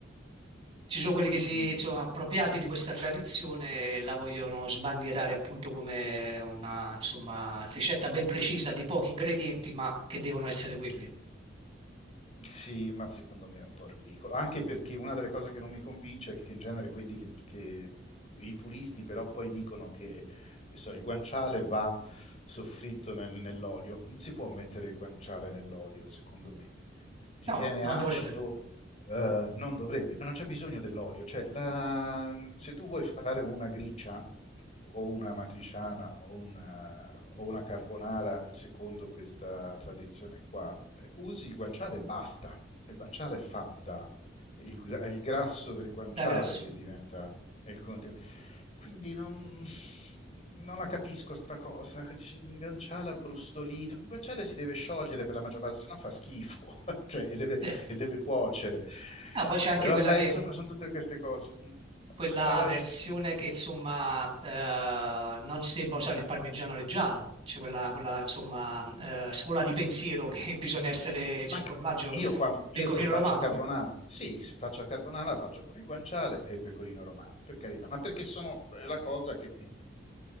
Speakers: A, on the right; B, on the left.
A: ci sono quelli che si
B: mhmm,
A: sono appropriati di questa tradizione e la vogliono sbandierare appunto come una, insomma, ricetta ben precisa di pochi ingredienti, ma che devono essere quelli.
B: Sì, ma secondo me è un po' ridicolo, anche perché una delle cose che non mi convince è che in genere quelli che, che- i puristi però poi dicono che, che so, il guanciale va soffritto nel- nell'olio, non si può mettere il guanciale nell'olio, secondo me. Ti
A: No,
B: viene
A: non
B: acido,
A: dovrebbe,
B: eh, non dovrebbe, non c'è bisogno dell'olio, cioè la- se tu vuoi fare una gricia o una matriciana o una, o una carbonara secondo questa tradizione qua, usi il guanciale e basta. Il guanciale fa da... Il, gra- è il grasso del guanciale
A: da grasso.
B: che diventa il continuo. Quindi non, non la capisco sta cosa, che dice un guanciale abbrustolito, un guanciale si deve sciogliere per la maggior parte, se no fa schifo, <laughs> cioè, e, deve,
A: Eh.
B: e deve cuocere.
A: Ah, poi c'è anche
B: E vabbè,
A: quella che,
B: insomma, sono tutte queste cose.
A: quella
B: Dai, vai.
A: versione che insomma eh, non si debba usare il parmigiano reggiano, c'è quella, quella, insomma eh, scuola di pensiero che <laughs> bisogna essere,
B: Sì, sì, ma
A: cioè
B: anche-
A: formaggio
B: io, qua- io
A: pecorino
B: se faccio
A: romano.
B: a carbonara, sì, se faccio a carbonara la faccio con il guanciale e il pecorino romano, per carità, ma perché sono è la cosa che mi, mi-